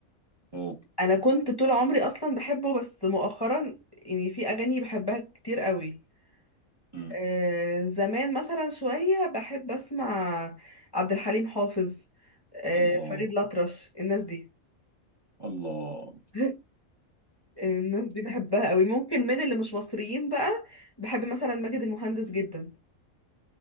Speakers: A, on the right; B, on the left.
A: اوه
B: انا كنت طول عمري اصلا بحبه بس مؤخرا يعني في اغاني بحبها كتير قوي
A: أمم.
B: آه زمان مثلا شويه بحب اسمع عبد الحليم حافظ آه
A: الله
B: فريد الأطرش الناس دي
A: الله
B: <laughs> الناس دي بحبها قوي ممكن من اللي مش مصريين بقى بحب مثلا ماجد المهندس جدا